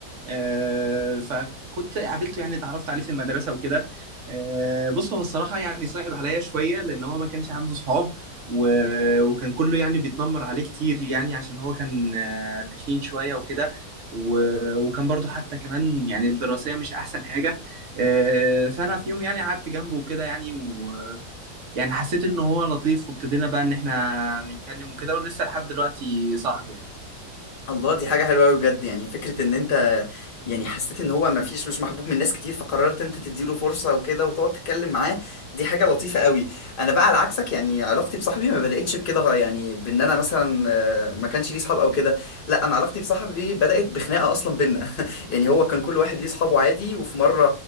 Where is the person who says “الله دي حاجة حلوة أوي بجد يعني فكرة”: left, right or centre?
Left